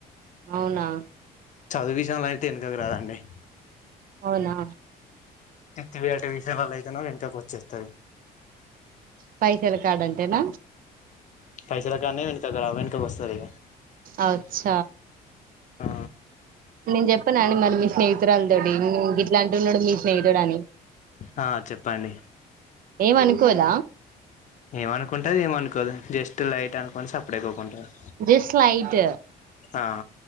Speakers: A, on the right (about 55°); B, on the left (about 45°).
A: అవునా
B: చదువు విషయంలో అయితే వెనకకి రాదండి
A: అవునా
B: <unintelligible> విషయాలలో అయితే వెనకాకి వచ్చేస్తది
A: పైసల కాడ అంటేన
B: పైసలు కానే <unintelligible> వెనకకు వస్తది
A: అచ్చ
B: ఆ
A: నేను చెప్పా అని మరి మీ స్నే <unintelligible> ఇట్లాంటున్నాడు మీ స్నేహితుడు అని
B: ఆ చెప్పండి
A: ఏమనుకోద
B: ఏమనుకుంటది ఏమనుకోదు జస్ట్ లైట్ అనుకోని సప్పుడేకోకుంటారు
A: జస్ట్ లైట్
B: ఆ